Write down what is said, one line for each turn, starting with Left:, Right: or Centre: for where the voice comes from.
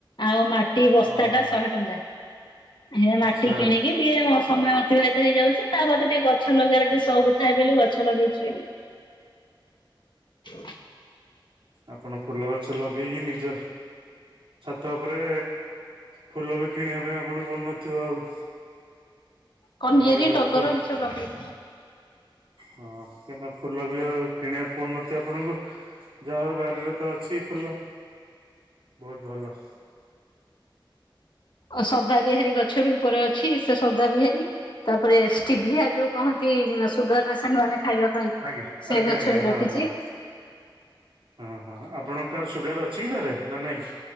Left: ଆଉ ମାଟି ବସ୍ତା
Right: ହଁ ହଁ
Left: ଟା ଶହେ ଟଙ୍କା। ହେ ମାଟି
Right: ଆଚ୍ଛା
Left: କିଣିକି ଟିକେ ସମୟ ଅତିବାହିତ ହେଇଯାଉଚି ତା ବଧେ ଟିକେ ଗଛ ଲଗେଇବାରେ ଟିକେ ସଉକ ଥାଏ ବୋଲି ଗଛ ଲଗେଇଚି ଆଉ। <inaudible>
Right: ଆପଣ ଫୁଲ ଗଛ ଲଗେଇକି ନିଜ ଛାତ ଉପରେ ଫୁଲ ବି କିଣିବା ପାଇଁ ଆପଣଙ୍କୁ ପଡୁନଥିବ ଆଉ।
Left: କନିୟରି,
Right: କାହିଁକିନା
Left: ଟଗର,
Right: ଫୁଲ
Left: ଏମିତି ସବୁ ଲଗେଇଚି।
Right: ହଁ କିମ୍ବା ଫୁଲ ବି ଆଉ କିଣିବାକୁ ପଡୁନଥିବ ଆପଣଙ୍କୁ। ଯାହା ହଉ ବାରିରେ ତ ଅଛି ଫୁଲ ବହୁତ୍ ଭଲ।
Left: ଆଉ ସଦା ବିିହାରୀ ଗଛ ବି ଉପରେ ଅଛି ସେ ସଦା ବିହାରୀ। ତାପରେ ଷ୍ଟିଭିଆ ଯଉ କହନ୍ତି ସୁଗାର୍ ପେସେଣ୍ଟ୍ ମାନେ ଖାଇବା ପାଇଁ
Right: ଆଜ୍ଞା-
Left: ସେ
Right: ଆଜ୍ଞା-
Left: ଗଛ
Right: ଆଜ୍ଞା
Left: ବି ରଖିଛି
Right: ହଁ -ହଁ। ହଁ -ହଁ ଆପଣଙ୍କ କାର୍ ସୁଗାର୍ ଅଛି କି ଘରେ ନା ନାଇଁ?